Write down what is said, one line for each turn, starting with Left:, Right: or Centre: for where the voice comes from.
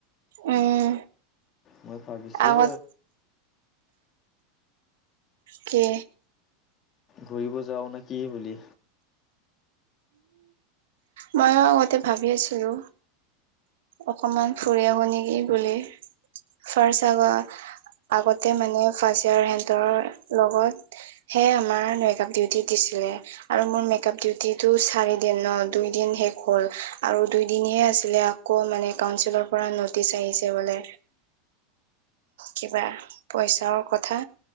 Right: উম
Left: মই, ভাবিছোঁ
Right: আগত কে
Left: ঘূৰিব যাও নে কি বুলি
Right: মইয়ো আগতে ভাবি আছিলো অকমান ফুৰি আহো নে কি বুলি ফাৰ্ষ্ট আগা আগতে মানে ফাৰ্ষ্ট ইয়েৰৰ হেনতৰ লগত হে আমাৰ মেকাপ ডিউটি দিছে আৰু মোৰ মেক আপ ডিউটিটো চাৰি দিনৰ দুই দিন শেষ হ'ল আৰু দুই দিন হে আকৌ মানে কাউনচিলৰ পৰা ন'টিচ আহিছে বোলে। কিবা পইচাৰো কথা।